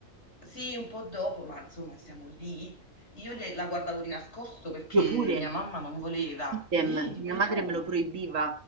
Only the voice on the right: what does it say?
Io pure,
idem,
mia
madre me lo proibiva,